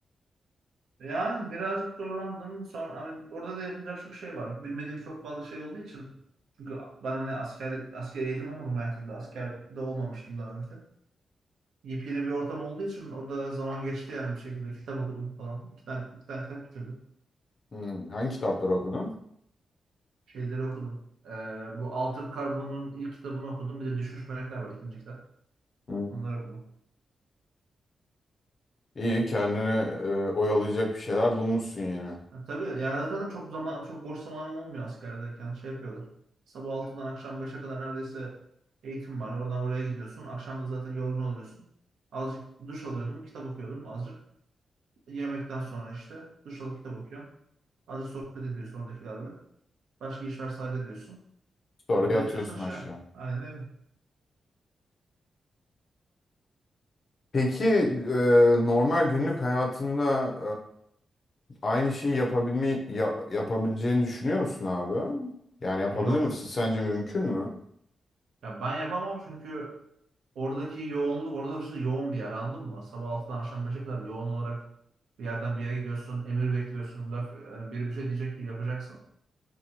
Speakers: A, on the right (about 80°); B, on the left (about 35°).
A: Yani birazcık zorlandım. Sonra hani orada da yapacak çok şey var. Bilmediğim çok fazla şey olduğu için. Çünkü ben hani asker, asker eğitim olmadım hayatımda. Askerde olmamıştım daha önce. Yepyeni bir ortam olduğu için orada zaman geçti yani bir şekilde. Kitap okudum falan. İki tane, iki tane kitap bitirdim.
B: Hmm, hangi kitapları okudun?
A: şeyleri okudum. Ee, bu Altered Carbon'un ilk kitabını okudum. Bir de Düşmüş Melekler var ikinci kitap.
B: Hmm.
A: Onları okudum.
B: İyi, kendini e, oyalayacak bir şeyler bulmuşsun yine.
A: Ha, tabii yani zaten çok zaman çok boş zamanım olmuyor askerdeyken. Şey yapıyorlar. Sabah altıdan akşam beşe kadar neredeyse eğitim var. Oradan oraya gidiyorsun. Akşam da zaten yorgun oluyorsun. Azıcık duş alıyordum. Kitap okuyordum azıcık. Yemekten sonra işte duş alıp kitap okuyorsun. Azıcık sohbet ediyorsun oradakilerle. Başka iş varsa hallediyorsun.
B: Sonra
A: Böyle
B: yatıyorsun
A: Yatıyorsun aşağı.
B: aşağı.
A: Aynen öyle.
B: Peki e, normal günlük hayatında e, aynı şeyi yapabilme ya- yapabileceğini düşünüyor musun abi? Yani yapabilir
A: Yok.
B: misin? Sence mümkün mü?
A: Ya ben yapamam çünkü Oradaki yoğunluk, orada hırsı yoğun bir yer anladın mı? Sabah 6'dan akşam 5'e kadar yoğun olarak bir yerden bir yere gidiyorsun, emir bekliyorsun, laf, yani biri bir şey diyecek ki yapacaksın.